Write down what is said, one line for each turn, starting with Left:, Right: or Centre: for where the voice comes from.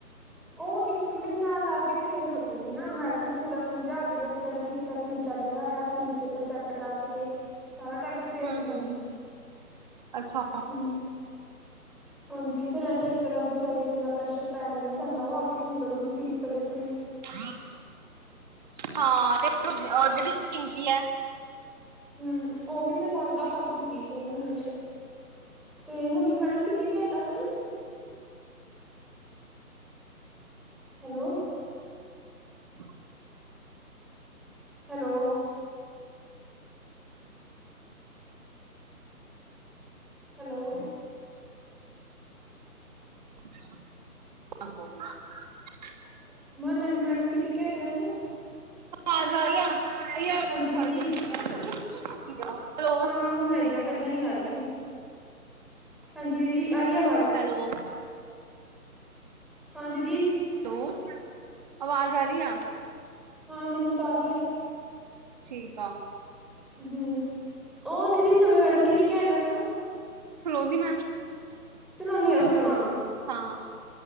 Centre: ਉਹ ਇੱਕ ਮਹੀਨਾ ਲਾ ਕੇ ਫੇਰ ਹਟੂਗੀ ਨਾ ਮੈਡਮ ਨੂੰ ਪੂਰਾ ਸਮਝਾ ਕੇ ਬੱਚਿਆਂ ਦਾ ਕਿਸ ਕੀ ਚੱਲ ਰਿ ਫੀਸ ਦੇ ਕੰਸੈਪਟ ਦੱਸ ਕੇ ਸਾਰਾ ਕਰਕੇ ਫੇਰ
Right: ਹੂੰ
Centre: ਹਟੂਗੀ
Right: ਹੂੰ ਅੱਛਾ
Centre: ਹੂੰ। ਹਾਂਜੀ ਫੇਰ ਐਂ ਤਾਂ ਇੱਕਦਮ ਵਿਚਚਾਰੀ ਤੇ ਇੰਨਾ ਪ੍ਰੈਸ਼ਰ ਪੈ ਨੀ ਨਾ ਜਾਂਦਾ ਉਹ ਆ ਕੇ ਕੀ ਕਰੂਗੀ ਫੀਸ ਤਾਂ ਦੇਖ
Right: <inaudible> ਹਾਂ ਤੇ ਜਿਹੜੀ ਪਿੰਕੀ ਐ।
Centre: ਹੂੰ ਉਹ ਵੀ ਮੈਨੂੰ ਲੱਗਦਾ ਹੱਟ ਜਾਊਗੀ ਇਸੇ ਮਹੀਨੇ 'ਚ ਤੇ ਨਵੀਂ ਮੈਡਮ ਕਿੰਨੀ ਘੈਂਟਾ ਹੈਨਾ। ਹੈਲੋ
Right: <inaudible>
Centre: ਹੈਲੋ ਹੈਲੋ
Right: <inaudible>
Centre: ਮ ਨਵੀ ਮੈਡਮ ਕਿੰਨੀ ਘੈਂਟਾ ਹਨਾ।
Right: <inaudible>
Centre: ਹਾਂਜੀ ਦੀਦੀ
Right: ਹੈਲੋ
Centre: ਹਾਂ ਹੁਣ ਆਈ ਆ ਪਹਿਲਾਂ ਨੀ ਆ ਰਹੀ ਸੀ। ਹਾਂਜੀ ਦੀਦੀ ਆ ਰਹੀ ਆਵਾਜ਼
Right: ਹੈਲੋ
Centre: ਹਾਂ ਦੀ
Right: ਹੈਲੋ ਆਵਾਜ਼ ਆ ਰਹੀ ਆ।
Centre: ਹਾਂ ਮੈਨੂੰ ਸਾਰੀ ਆ।
Right: ਠੀਕ ਆ।
Centre: ਹੂੰ ਉਹ ਦੀਦੀ ਨਵੀਂ ਮੈਡਮ ਕਿੰਨੀ ਘੈਂਟ ਹਨਾ।
Right: ਸਲੋਨੀ ਮੈਮ
Centre: ਤਿਲੋਨੀ ਹੈ ਉਸਾ ਨਾਮ
Right: ਹਾਂ